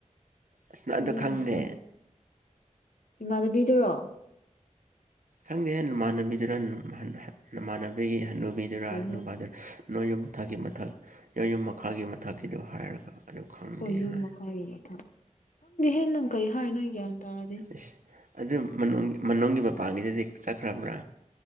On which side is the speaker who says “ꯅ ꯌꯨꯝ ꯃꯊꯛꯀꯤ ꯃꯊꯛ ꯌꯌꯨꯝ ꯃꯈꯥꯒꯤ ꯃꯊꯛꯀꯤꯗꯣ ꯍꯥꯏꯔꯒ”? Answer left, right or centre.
Right